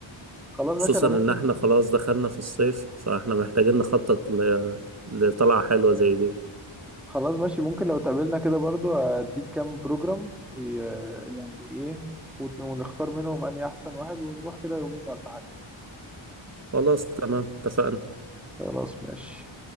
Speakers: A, in the centre; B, on the right.
A: خلاص
B: خصوصا
A: ماشي انا ممكن
B: ان احنا خلاص دخلنا في الصيف فاحنا محتاجين نخطط ل- لطلعة حلوة زي دي
A: خلاص ماشي ممكن لو اتقابلنا كده برضو اديك كام بروجرام ي- يعني ايه وت- ونختار منهم اني احسن واحد ونروح كده يومين ولا حاجة
B: خلاص تمام اتفقنا
A: خلاص ماشي